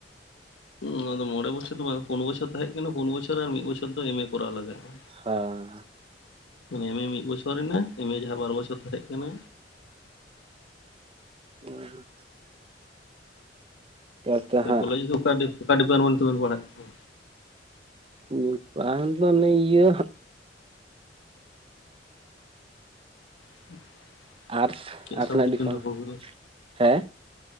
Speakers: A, on the left; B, on the right.
A: ᱚᱱᱟ ᱫᱚ ᱢᱚᱬᱮ ᱵᱚᱪᱷᱚᱨ ᱫᱚ ᱵᱟᱝ, ᱯᱳᱱ ᱵᱚᱪᱷᱚᱨ ᱛᱟᱦᱮᱸ ᱠᱟᱱᱟ᱾ ᱯᱳᱱ ᱵᱚᱪᱷᱚᱨ ᱟᱨ ᱢᱤᱫ ᱵᱚᱪᱷᱚᱨ ᱫᱚ ᱮᱢᱮ ᱠᱚᱨᱟᱣ ᱞᱟᱜᱟᱜᱼᱟ᱾
B: ᱦᱮᱸ
A: ᱮᱢᱮ ᱢᱤᱫ ᱵᱚᱪᱷᱚᱨ ᱨᱮᱱᱟᱜ ᱮᱢᱮ ᱡᱟᱦᱟᱸ ᱵᱟᱨ ᱵᱚᱪᱷᱚᱨ ᱛᱟᱦᱮᱸᱜ ᱠᱟᱱᱟ᱾
B: <unintelligible> ᱦᱮᱸ
A: ᱛᱟᱦᱞᱮ ᱠᱚᱞᱮᱡᱽ ᱫᱚ ᱚᱠᱟ ᱰᱤᱯ ᱚᱠᱟ ᱰᱤᱯᱟᱨᱢᱮᱱᱴ ᱛᱮᱵᱤᱱ ᱯᱟᱲᱦᱟᱜ ᱠᱟᱱᱟ
B: ᱰᱤᱯᱟᱨᱫᱚ ᱚᱱᱮ ᱤᱭᱟᱹ
A: <inaudible>
B: ᱟᱹᱨᱥ
A: ᱪᱮᱫ
B: ᱟᱨᱥ
A: ᱥᱟᱵᱡᱮᱠᱴ
B: ᱨᱮᱱᱟᱜ ᱰᱤᱯᱟᱨᱢᱮᱱᱴ
A: ᱵᱮᱱ ᱫᱚᱦᱚ ᱟᱠᱟᱫᱟ
B: ᱦᱮᱸ